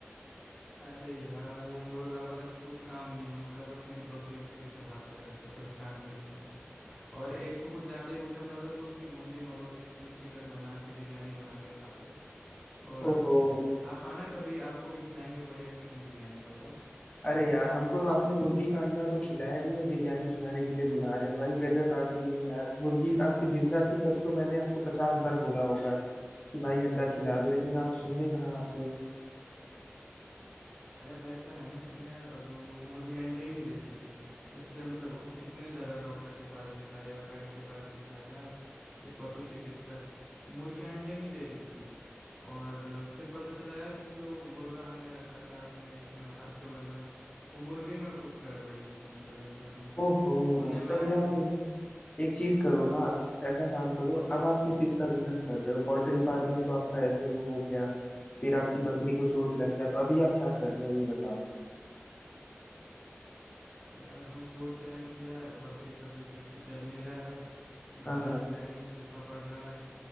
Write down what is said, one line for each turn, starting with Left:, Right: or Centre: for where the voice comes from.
Centre: अरे यार वो मुर्गा बस कुछ काम नहीं है उनका बस मेरी बकरियों के पीछे भागते रहते परेशान करते हैं और एक तो कुछ ज्यादा ही उछल रहा था तो उसकी मुंडी मरोड़ के एकदम चिकन बना के बिरयानी बना के खा गए और
Left: ओहो
Centre: आप आना कभी आपको भी खिलाएंगे बढ़िया चिकन बिरयानी बताओ
Left: अरे यार हमको तो आपने मुर्गी का अंडा तो खिलाया नहीं है बिरयानी खिलाने के लिए बुला रहे हो भाई गजब आदमी हो यार मुर्गी आपकी जिंदा थी तब तो मैंने आपको पचास बार बोला होगा कि भाई अंडा खिला दो लेकिन आप सुनने कहा आपने
Centre: अरे अब ऐसा है ना कि यार अब वो मुर्गी अंडे ही नहीं देती थी उससे मतलब उसको कितने ज़्यादा डॉक्टर के पास दिखाया वेट के पास दिखाया यार ये पशु चिकित्सक मुर्गियाँ अंडे ही नहीं दे रही थी और फिर पता चला यार कि जो मुर्गा हमने रखा था अपने इसमें अस्तबल में वो मुर्गे ही में कुछ गड़बड़ी थी मतलब एकदम
Left: ओहो
Centre: सुनने में
Left: तब
Centre: आया
Left: यार
Centre: था कि
Left: एक चीज करो ना आप ऐसा काम करो अब आप किस चीज का बिजनेस कर रहे हो पोल्ट्री फार्मिंग तो आपका ऐसे वो हो गया फिर आपकी बकरी को चोट लग गया तो अभी आप क्या कर रहे हो ये बताओ
Centre: अरे अब हम सोच रहे हैं कि यार बकरी का बिजनेस भी चल नहीं रहा है घास
Left: हाँ हाँ
Centre: है नहीं सूखा पड़ रहा है